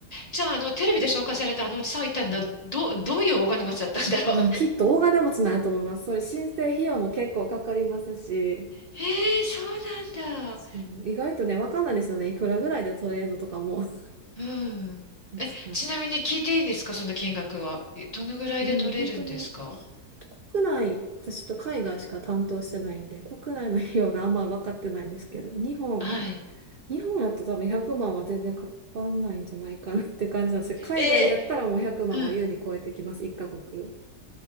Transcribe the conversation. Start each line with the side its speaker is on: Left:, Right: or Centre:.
Left: じゃあ、あの、テレビで紹介されたあのおじさんは一体な、ど、どういうお金持ちだったんだろう。
Right: だからきっと大金持ちなんやと思います。それ申請費用も結構かかりますし、
Left: <laughs> えー、そうなんだ。
Right: そう、意外とね、わかんないですよね。いくらぐらいで取れるのとかも。<laughs>
Left: うん。
Right: 確かに。
Left: え、ちなみに聞いていいんですか、その金額は。えどのぐらいで取れるんですか
Right: でも本当に、ひえっと国内、私ちょっと海外しか担当してないんで、国内の費用があんまり分かってないんですけど、日本、
Left: はい。
Right: 日本やったら多分100万は全然かかんないんじゃないかなっていう感じなんですけど、海外やったらもう100万は優に超えてきます、
Left: えー、うん。
Right: 一カ国。